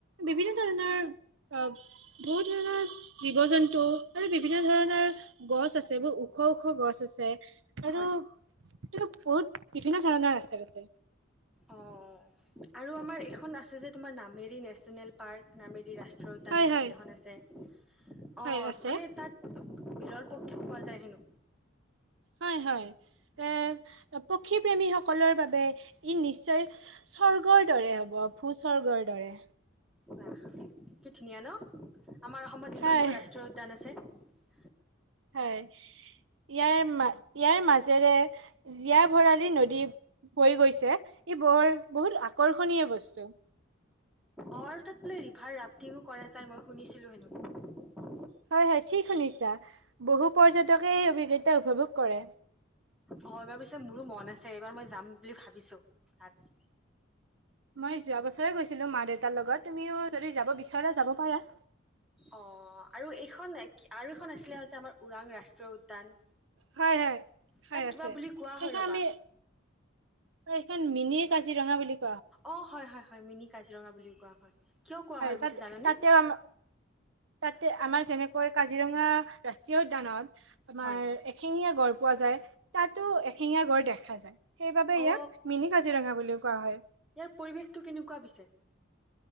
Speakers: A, on the right (about 65°); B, in the centre.
A: বিভিন্ন ধৰণৰ অ বহুত ধৰণৰ জীৱ জন্তু আৰু বিভিন্ন ধৰণৰ গছ আছে বহুত ওখ ওখ গছ আছে। আৰু
B: হয়
A: বহুত বিভিন্ন ধৰণৰ আছে তাতে।
B: অ আৰু আমাৰ এইখন আছে যে তোমাৰ নামেৰি নেচনেল পাৰৰ্ক নামেদি ৰাষ্ট্ৰীয় উদ্যান
A: হয়
B: বুলি
A: হয়
B: যে এখন আছে। অ
A: হয় আছে
B: মানে তাত বিৰল পক্ষীয়ো পোৱা যায় হেনো
A: হয় হয় এ পক্ষীপ্ৰেমীসকলৰ বাবে ই নিশ্চয় স্বৰ্গৰ দৰে হ'ব ভূ স্বৰ্গৰ দৰে
B: বাহ কি ধুনীয়া ন আমাৰ অসমত ইমানবোৰ
A: হয়
B: ৰাষ্ট্ৰীয় উদ্যান আছে
A: হয় ইয়াৰ ম ইয়াৰ মাজেৰে জীয়া ভৰালি নদী হৈ গৈছে ই বৰ বহুত আকৰ্ষণীয় বস্তু
B: অঁ তাতো ৰিভাৰ ৰাফটিঙো কৰা যায় মই শুনিছিলোঁ হেনো
A: হয় হয় ঠিক শুনিছা বহু পৰ্যটকে এই অভিজ্ঞতা উপভোগ কৰে
B: অ এইবাৰ পিছে মোৰো মন আছে এইবাৰ মই যাম বুলি ভাবিছো তাত
A: মই যোৱা বছৰে গৈছিলো মা দেউতাৰ লগত তুমিও যদি যাব বিচৰা যাব পাৰা
B: অ আৰু এইখন আৰু এইখন আছিলে যে আমাৰ ওৰাং ৰাষ্ট্ৰীয় উদ্যান
A: হয় হয় হয়
B: তাক কিবা
A: আছে
B: বুলি কোৱা
A: সেইখ
B: হয় ৰবা
A: আমি ত এইখন মিনি কাজিৰঙা বুলি ক
B: অ হয় হয় হয় মিনি কাজিৰঙা বুলিও কোৱা হয় কিয় কোৱা হয় পিছে
A: তাত
B: জানানে
A: তাতেও আম তাতে আমাৰ যেনেকৈ কাজিৰঙা ৰাষ্ট্ৰীয় উদ্যানত তোমাৰ
B: হয়
A: এখিঙীয়া গ়ড় পোৱা যায় তাতো এশেঙীয়া গড় দেখা যায় সেইবাবে ইয়াক
B: অ
A: মিনি কাজিৰঙা বুলিও কোৱা হয়
B: ইয়াৰ পৰিৱেশটো কেনেকুৱা পিছে